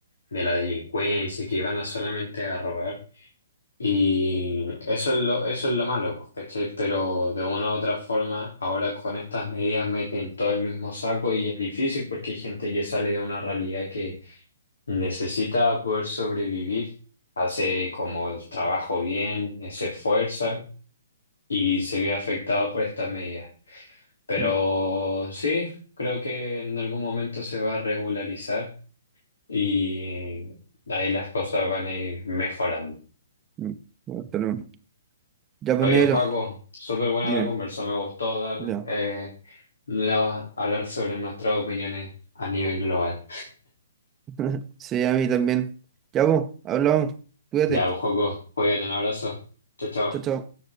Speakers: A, on the left; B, on the right.
A: de la delincuencia, que van a solamente a robar. Y eso es lo, eso es lo malo, pues, ¿cachai? Pero de una u otra forma, ahora con estas medidas meten todo el mismo saco y es difícil porque hay gente que sale de una realidad que necesita poder sobrevivir, hace como el trabajo bien, se esfuerza. y se ve afectado por estas medidas. Pero
B: Mm,
A: sí, creo que en algún momento se va a regularizar y ahí las cosas van a ir mejorando.
B: mm. Bueno, tenemos. Ya, pues,
A: Oye,
B: negro,
A: Joaco, súper buena
B: dime.
A: la conversa, me gustó dar,
B: Ya.
A: eh, la- hablar sobre nuestras opiniones a nivel global.
B: <laughs> Sí, a mí también. Ya, pues, hablamos. Cuídate.
A: Ya, pues, Joaco, cuídate, un abrazo. Chao, chao.
B: Chao, chao.